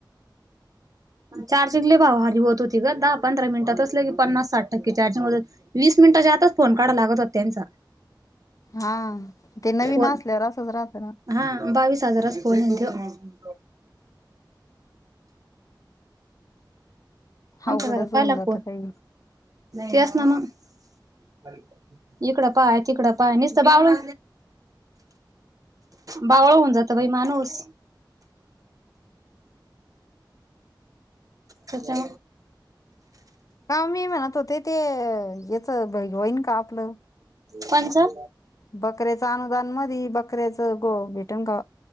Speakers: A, on the right; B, on the left.
A: चार्जिंग लय भाव हारी होत होती ग दहा पंधरा मिनिटातच लगे पन्नास साठ टक्के चार्जिंग होत वीस मिनिटांच्या आतचं फोन काढावा लागतं होता त्यांचा.
B: हा ते नवीन
A: फोन
B: असल्यावर असंच राहत ना.
A: हा बावीस हजारच फोन हाय न त्यो आमच्या
B: अवघडच
A: घरात पहिला
B: होऊन जातं
A: फोन
B: काही
A: तेच न मंग इकडं पाय तिकडं पाय निसत बावल बावळ्या होऊन जात बाई माणूस त्याच्या
B: अ मी म्हणतं होते ते याच द होईन का आपलं.
A: कोणचं?
B: बकऱ्याच अनुदान मधी बकऱ्याचं गो भेटण का ओ